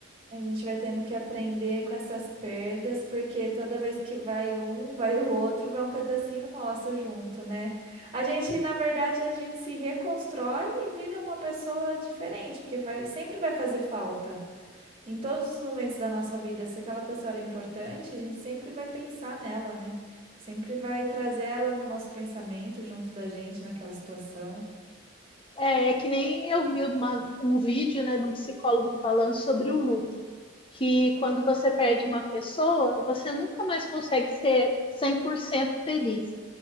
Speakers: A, on the right; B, on the left.
A: A gente vai tendo que aprender com essas perdas, porque toda vez que vai um, vai o outro, vai um pedacinho nosso junto, né? A gente, na verdade, a gente se reconstrói e vira uma pessoa diferente, porque faz- sempre vai fazer falta. Em todos os momentos da nossa vida, se aquela pessoa era importante, a gente sempre vai pensar nela, né? Sempre vai trazer ela no nosso pensamento, junto da gente, naquela situação.
B: É, é que nem eu vi uma, um vídeo né, de um psicólogo falando sobre o luto, que quando você perde uma pessoa, você nunca mais consegue ser 100% feliz.